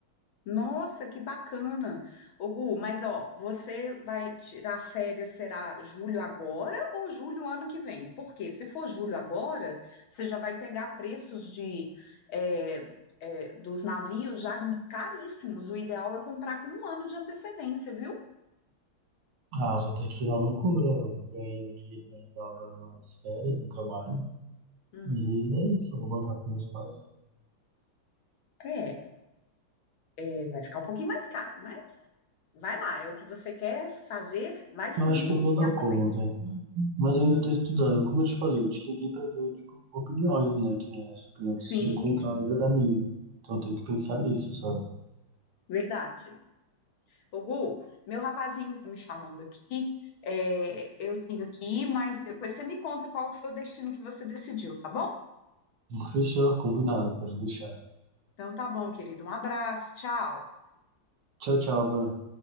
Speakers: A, on the left; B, on the right.
A: Nossa, que bacana. Ô, Gu, mas ó, você vai tirar férias, será julho agora ou julho ano que vem? Porque se for julho agora, você já vai pegar preços de é, é, dos navios já caríssimos. O ideal é comprar com um ano de antecedência, viu?
B: Ah, vou estar aqui na loucura. Eu ganhei um dinheiro legal agora nas férias, no trabalho.
A: Hum,
B: E é isso, eu vou bancar com meus pais.
A: é, é, vai ficar um pouquinho mais caro, mas vai lá, é o que você quer fazer, vai fundo
B: Eu acho que eu vou
A: e
B: dar
A: aproveita.
B: conta, mas eu ainda estou estudando. Como eu te falei, eu te liguei para ver, tipo, opiniões, né? Que essa opinião
A: Sim,
B: está sendo contrária da minha. Então tem que pensar nisso, sabe?
A: verdade. Ô, Gu, meu rapazinho tá me chamando aqui. É, eu tenho que ir, mas depois você me conta qual que foi o destino que você decidiu, tá bom?
B: Fechou, combinado, pode deixar.
A: Então tá bom, querido. Um abraço, tchau.
B: Tchau, tchau, Van.